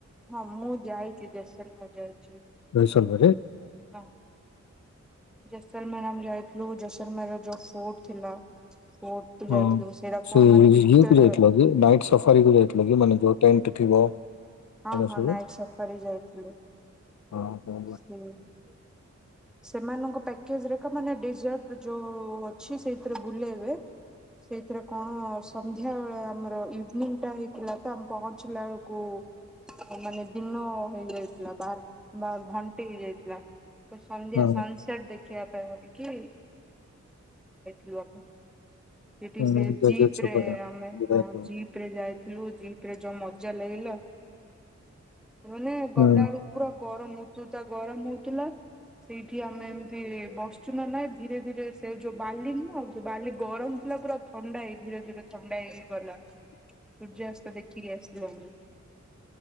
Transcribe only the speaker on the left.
ବା ଆଏଇ ସମୟ ରେ
ହଁ।
ସେ
ଇଏ
କୁ ଯାଇଥିଲ ନାଇଟ୍ ସଫାରୀ କୁ ଯାଇଥିଲ କି ମାନେ ଯୋଉ ଟେଣ୍ଟ ଥିବ।
ଏରା
ସବୁ।
<unintelligible>
<inaudible>
ହଁ
ହୁଁ ଜେଜେ
ଛକରେ
ବଢିଆ
ଥିବ।
ହୁଁ
<inaudible>